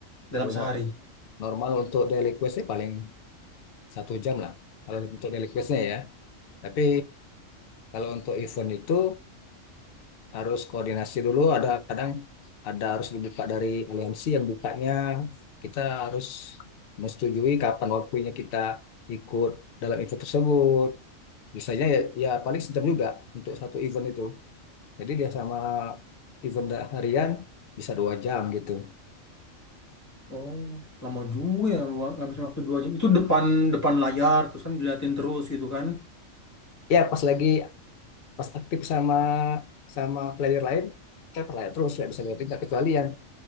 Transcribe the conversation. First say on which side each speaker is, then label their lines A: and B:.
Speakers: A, on the left; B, on the left.
A: dalam
B: Kalau
A: sehari.
B: normal untuk daily questnya paling satu jam lah kalau untuk daily questnya ya tapi kalau untuk event itu harus koordinasi dulu ada kadang ada harus dibuka dari aliansi yang bukanya kita harus menyetujui kapan waktunya kita ikut dalam event tersebut biasanya ya, ya paling sejam juga untuk satu event itu jadi dia sama event harian bisa dua jam gitu
A: Oh, lama juga ya wa- ngabisin waktu dua jam. Itu depan depan layar terus kan diliatin terus gitu kan.
B: ya pas lagi pas aktif sama sama player lain saya percaya terus nggak bisa ditinggal, kecuali yang